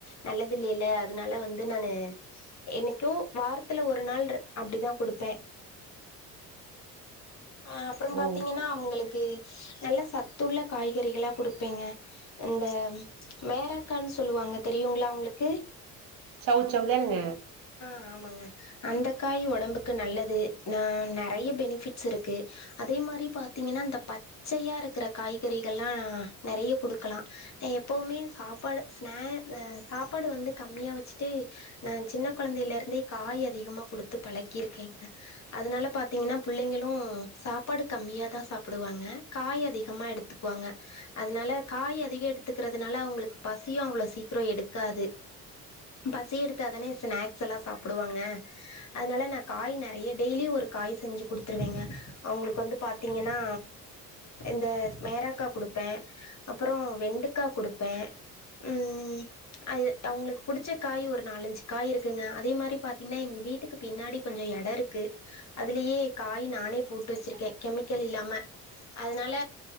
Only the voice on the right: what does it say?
ஓ
சவு சவு தானுங்க